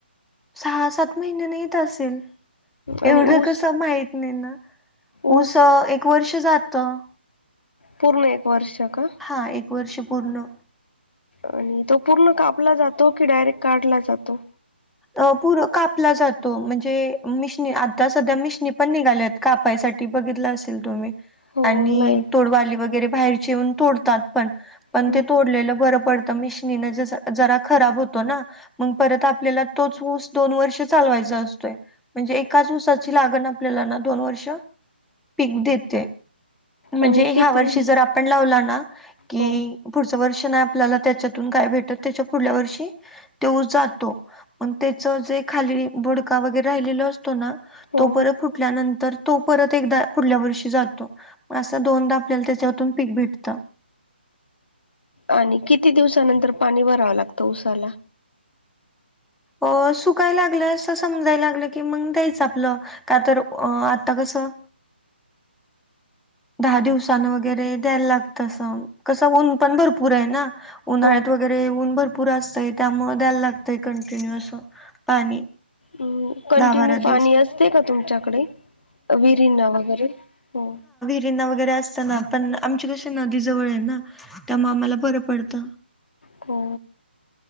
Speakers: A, in the centre; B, on the left.
A: सहा सात महिन्यान येत असेल.
B: आणि
A: एवढं
B: ऊस
A: कसं माहित नाही ना
B: ऊस
A: ऊसं एक वर्ष जातं.
B: पूर्ण एक वर्ष का?
A: हां एक वर्ष पूर्ण.
B: आणि तो पूर्ण कापला जातो, की डायरेक्ट काढला जातो.
A: अ पुर कापला जातो म्हणजे, मिशनी आता सध्या मिशनी पण निघाल्यात. कापायसाठी बघितलं असेल तुम्ही,
B: हो
A: आणि
B: ऑनलाईन
A: तोडवाली वगैरे बाहेरची येऊन तोडतात पण पण
B: हम्म
A: ते तोडलेलं बरं पड त मिशनी जसा जरा खराब होतो ना मग परत आपल्याला तोच ऊस दोन वर्ष चालवायचा असतोय. म्हणजे एकाच ऊसाची लागण आपल्याला ना दोन वर्ष पीक देते. म्हणजे
B: आणि
A: ह्या
B: किती
A: वर्षी जर आपण लावला ना की
B: हो
A: पुढच्या वर्षाने आपल्याला त्याच्यातून काय भेटत त्याच्या पुढल्या वर्षी ते ऊस जातो. तेचा जे खाली बूडका वगैरे राहिलेलो असतो ना
B: हो
A: तो परत फू फूठल्यानंतर तो परत एकदा पुुढल्या वर्षी जातो. म असं दोनदा आपल्याला त्याच्यातून पीक भेटतं.
B: आणि किती दिवसानंतर पाणी भरावं लागतं ऊसाला?
A: अ सुकायला लागलं असं समजायला लागलं की मग द्यायचं आपलं. का तर अ आता कसं दहा दिवसान वगैरे द्यायला लागतस कसं ऊन पण भरपूर आहे ना. उन्हाळ्यात
B: हो
A: वगैरे ऊन भरपूर असतय त्यामुळं द्यायला लागतय कंटिन्यु असं पाणी.
B: हम्म, कंटिन्यू
A: दहा बारा
B: पाणी
A: दिवसाला
B: असते, का तुमच्याकडे. विरिंना वगैरे हो.
A: जिना वगैरे असताना पण, आमची कशी नदी जवळ आहे ना, त्यामुळे आम्हाला बरं पडतं.
B: को